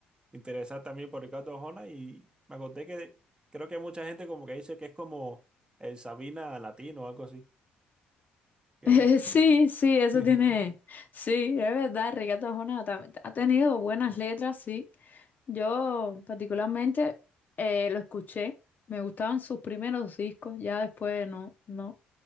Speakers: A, on the right; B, on the left.
A: interesar también por Ricardo Arjona y me acordé que creo que mucha gente como que dice que es como el Sabina latino o algo así. Que...
B: <laughs> Sí, sí, eso
A: <laughs>
B: tiene. Sí, es verdad, Ricardo Arjona tam- ha tenido buenas letras, sí. Yo particularmente eh, lo escuché, me gustaban sus primeros discos, ya después no, no.